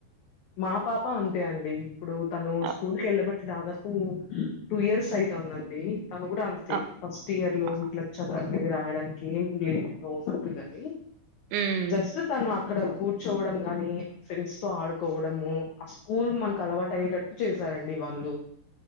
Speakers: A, on the left; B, on the right.
A: మా పాప అంతే అండి ఇప్పుడు తను
B: అ
A: స్కూల్ కి వెళ్ళబట్టి దాదాపు టూ ఇయర్స్ అయితుందండి తను కూడా అంతే
B: అ
A: ఫస్ట్ ఇయర్ లో
B: ఆ!
A: ఇట్లా చాదుకునేది రాయడాని కీ ఏం లేదు కాగాని
B: హ్మ్.
A: జస్ట్ తను క్కడ కూర్చోవడం గాని ఫ్రెండ్స్ తో ఆడుకోవడము ఆ స్కూల్ మనకు అలవాటు అయ్యేటట్టు చేశారండి వాళ్ళు